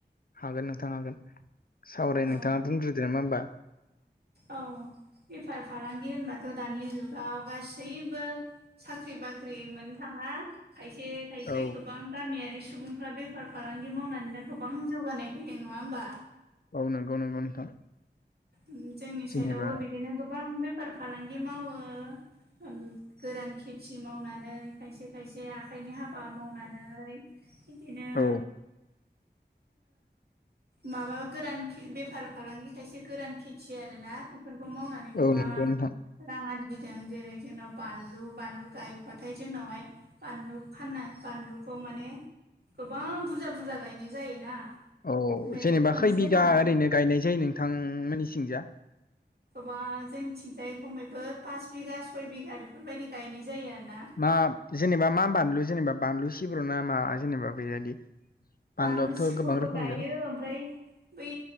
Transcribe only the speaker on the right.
औ
औ बेफार फालांगि होनबाथ' दानि जुगाव गासैबो साख्रि बाख्रि मोननो थाङा। खायसे खायसे
गोब गोबां गामियारि सुबुंफ्रा बेफार फालांगि मावनानैनो गोबां जौगानाय फैदों नङा होमबा?
उम जोंनि
साइदावबो बिदिनो गोबां बेफार फालांगि मावो। उम गोरान खेथि मावनानै खायसे खायसे आखाइनि हाबा मावनानै बिदिनो
माबा गोरान बेफार फालांगि खायसे एसे गोरान खेथि आरोना बेफोरखौ मावनानै गोबां
रां आरजिदों जेरै जोंनाव बानलु बानलु गायोबाथाय जोंनावहाय बानलु फाननो बानलुखौ माने गोबां बुरजा बुरजा गायनाय जायोना।
बे
खनसे
लां
गोबा जोंनिथिंजाय खमैबो पास बिगा सय बिगा बेफोरबायदि गायनाय जायो आरो ना।
बानलु सिब्रबो
गायो।
ओमफ्राय बै